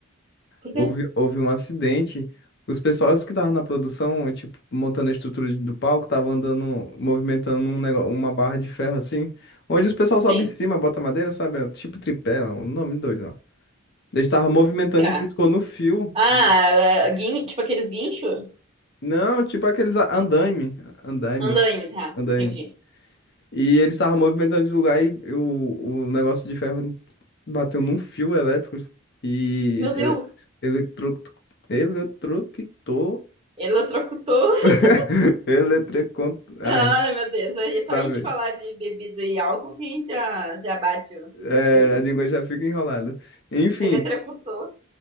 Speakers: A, on the right; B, on the left.
A: porque...
B: Houve, houve um acidente. Os pessoais que estavam na produção, tipo, montando a estrutura de- do palco, estavam andando, movimentando um negócio, uma barra de ferro assim, onde os pessoal sobe
A: Sim,
B: em cima, bota madeira, sabe? É um Tipo tripé, um nome doido lá. Eles estavam movimentando
A: tá.
B: e piscou no fio.
A: Ah,
B: E...
A: é, guin... tipo aqueles guincho?
B: Não, tipo aqueles a- andaime, andaime,
A: Andaime, tá.
B: andaime.
A: Entendi.
B: E ele estava movimentando de lugar e o, o negócio de ferro bateu num fio elétrico e
A: Meu
B: ele,
A: Deus,
B: eletro, eletrocutou.
A: eletrocutou. <laughs>
B: <laughs> Eletrocont... Ai,
A: Ah, meu Deus. aí- Só
B: travei.
A: a gente falar de bebida e álcool que a gente já, já bate o
B: É,
A: sistema.
B: a língua já fica enrolada. Enfim,
A: Eletrocutou.